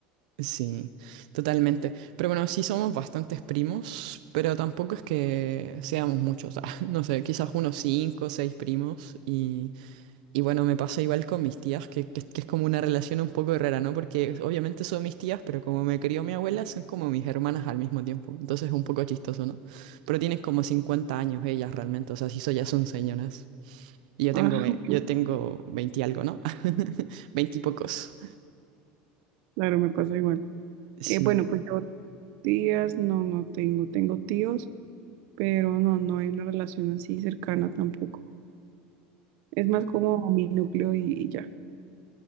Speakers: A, on the right; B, on the right.
A: Sí, totalmente. Pero bueno, sí somos bastantes primos, pero tampoco es que seamos muchos. <laughs> ah, no sé, quizás unos cinco o seis primos. Y, y bueno, me pasa igual con mis tías, que, que, que es como una relación un poco rara, ¿no? Porque obviamente son mis tías, pero como me crió mi abuela, son como mis hermanas al mismo tiempo. Entonces es un poco chistoso, ¿no? Pero tienen como 50 años ellas realmente, o sea, sí, so- ya son señoras. Y yo
B: Ah,
A: tengo,
B: <laughs>
A: ve- yo
B: ok,
A: tengo 20 y algo, ¿no? <laughs> 20 y pocos.
B: claro, me pasa igual.
A: Sí.
B: Eh, bueno, pues yo tías, no, no tengo, tengo tíos, pero no, no hay una relación así cercana tampoco. Es más como mi núcleo y, y ya.